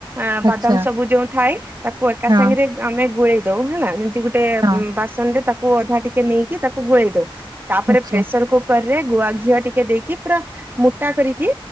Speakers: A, on the right; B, on the right.
A: ଆ-ବାଦାମ
B: ଆଚ୍ଛା
A: ସବୁ ଯୋଉ ଥାଏ ତାକୁ ଏକା
B: ହଁ
A: ସାଙ୍ଗରେ ଆମେ ଗୋଳେଇ ଦଉ ହେଲା। ଗୋଟେ
B: ହଁ
A: ବାସନ ରେ ତାକୁ ଅଧା ଟିକେ ନେଇକି ତାକୁ ଗୋଳେଇ ଦଉ ତାପରେ
B: ଆଚ୍ଛା
A: ପ୍ରେସର କୁକ୍ କର୍ ରେ ଗୁଆ ଘିଅ ଟିକେ ଦେଇକି ପୁରା ମୋଟା କରିକି